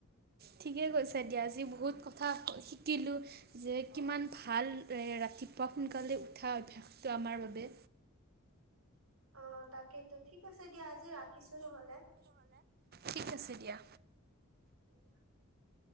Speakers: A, on the right; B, on the right.
A: ঠিকে কৈছা দিয়া আজি বহুত কথা শিকিলো যে কিমান ভাল এ ৰাতিপুৱা সোনকালে উঠা অভ্যাসটো আমাৰ বাবে
B: অ তাকেইতো ঠিক আছে দিয়া আজি ৰাখিছো নহলে
A: ঠিক আছে দিয়া
B: <unintelligible>